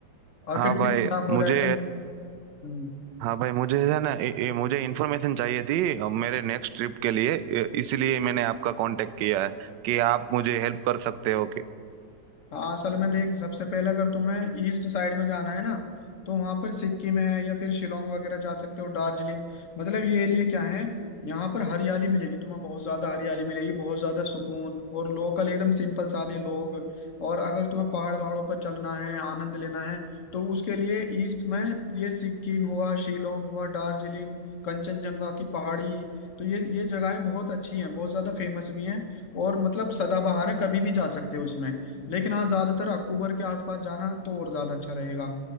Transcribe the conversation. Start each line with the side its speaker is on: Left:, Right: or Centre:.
Left: और
Right: हाँ
Left: फिर ट्रिप
Right: भाई
Left: खराब हो
Right: मुझे
Left: जाए तो हम्म,
Right: हाँ भाई मुझे है ना ए, ए, मुझे इन्फॉर्मेशन चाहिए थी अ, मेरे नेक्स्ट ट्रिप के लिए ए, इसीलिए मैंने आपका कांटेक्ट किया है कि आप मुझे हेल्प कर सकते हो कि
Left: हाँ असल में देख सबसे पहले अगर तुम्हें ईस्ट साइड में जाना है ना तो वहां पर सिक्किम है या फिर शिलोंग वगैरह जा सकते हो दार्जिलिंग मतलब ये एरिया क्या है यहाँ पर हरियाली मिलेगी तुम्हें बहुत ज्यादा हरियाली मिलेगी बहुत ज्यादा सुकून और लोकल एकदम सिंपल सादे लोग और अगर तुम्हें पहाड़ वहाड़ों पर चलना है आनंद लेना है तो उसके लिए ईस्ट में ये सिक्किम हुआ शिलोंग हुआ दार्जिलिंग कंचनजंगा की पहाड़ी तो ये ये जगहें बहुत अच्छी हैं बहुत ज्यादा फेमस भी हैं और मतलब सदाबहार है कभी भी जा सकते हो इसमें लेकिन हाँ ज्यादातर अक्टूबर के आसपास जाना तो और ज्यादा अच्छा रहेगा